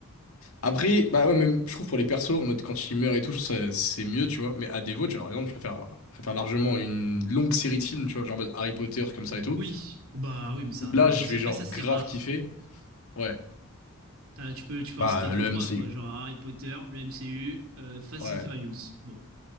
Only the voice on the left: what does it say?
Après, bah ouais, même, je trouve pour les persos, en mode quand ils meurent et tout, ça- c'est mieux, tu vois. Mais à défaut, tu vois, par exemple, je préfère, je préfère largement une longue série de films, tu vois, genre en mode Harry Potter, comme ça et tout.
Où
là,
je
vais
genre
grave
kiffer. Ouais.
Bah,
euh, le
MCU.
Ouais.